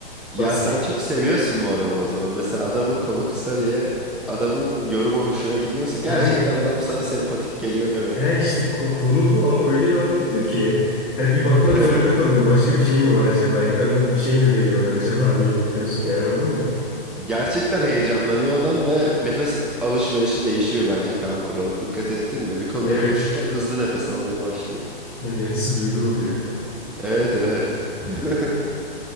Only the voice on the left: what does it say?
basketçi.
Kanka
he işte
ko- konu bu ama öyle bir anlatıyor ki hani bir bakmak
zorunda kalıyorum. Başka bir şey mi var acaba? Ekranda bir şey mi veriyorlar acaba diye bakıyorsun yani anladın mı?
Evet.
Nefesi duyulur oluyor bir de.